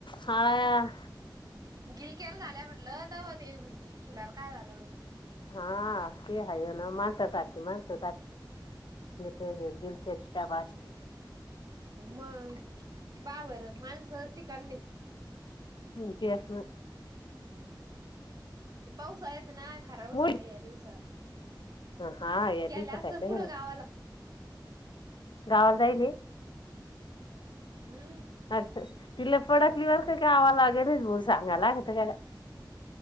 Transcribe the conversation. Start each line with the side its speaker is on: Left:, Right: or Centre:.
Left: हळा
Right: गिलक्याला झाल्या म्हणलंताव ते म्हणजे फुलाला काय झालं
Left: हा ते हाय ना माणस सारती माणस ते गिल चचेष्टा वा <inaudible>
Right: मग पहा बरं माणसं ठिका नाही
Left: मक अस असण
Right: ते पाऊसाळात ना खराबच
Left: मुल
Right: होते या दिवसात
Left: हा या
Right: गेले
Left: दिसत
Right: असल
Left: आहे
Right: कुठं
Left: ना
Right: गावाला
Left: गावाला जायल
Right: हम्म
Left: <inaudible> तिला फडकलीवर का गावा लागे नाहीच बोल सांगायलागता गड